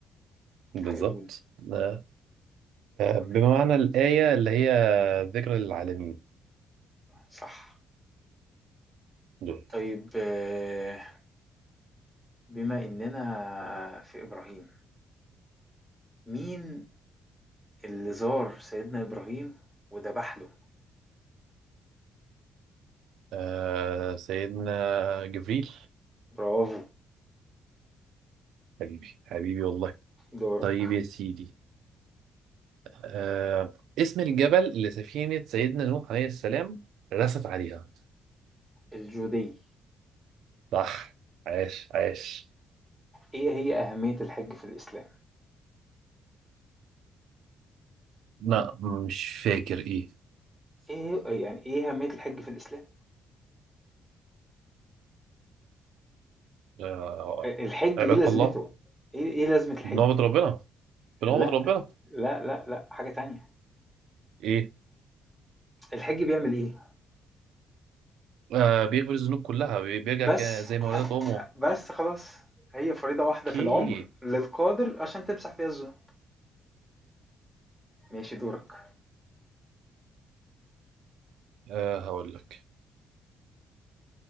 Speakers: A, on the right; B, in the centre.
A: بالظبط
B: هيقول
A: آه
B: تمام
A: بمعنى الآية اللي هي ذكر للعالمين
B: صح
A: دول
B: طيب آه، بما اننا في ابراهيم مين اللي زار سيدنا إبراهيم وذبح له
A: آه سيدنا جبريل
B: برافو
A: حبيبي حبيبي والله
B: دورك
A: طيب يا سيدي آه، اسم الجبل اللي سفينة سيدنا نوح عليه السلام رست عليها
B: الجودية
A: صح عاش عاش
B: إيه هي أهمية الحج في الإسلام؟
A: لا مش فاكر ايه
B: إيه هي يعني إيه أهمية الحج في الإسلام؟
A: آه،
B: الحج
A: عبادة
B: إيه لازمته؟
A: الله
B: إيه إيه لازمة الحج؟
A: بنعبد ربنا بنعبد
B: لا
A: ربنا
B: لا لا لا حاجة تانية
A: ايه
B: الحج بيعمل إيه؟
A: آه، بيغفر الذنوب كلها بي- بيرجع
B: بس
A: ك- زي ما ولدت امه
B: بس خلاص هي فريضة واحدة
A: اوكي
B: في العمر للقادر عشان تمسح بيها الذنوب ماشي دورك
A: آه، هقول لك